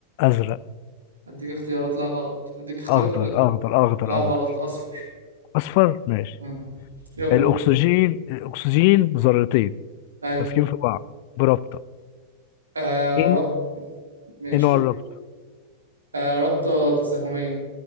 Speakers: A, on the left; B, on the right.
A: ازرق
B: أديك اختيارات لا غلط أديك اختيارات
A: اخضر
B: ولا
A: اخضر اخضر
B: لا
A: اخضر
B: غلط أصفر
A: اصفر ماشي
B: مم. يلا
A: الاكسجين
B: دول
A: الاكسجين ذرتين
B: أيوه
A: ماسكين في بعض برابطه
B: آه
A: ان
B: رب ماشي
A: ان هو الرابطه
B: آه رابطة تساهمية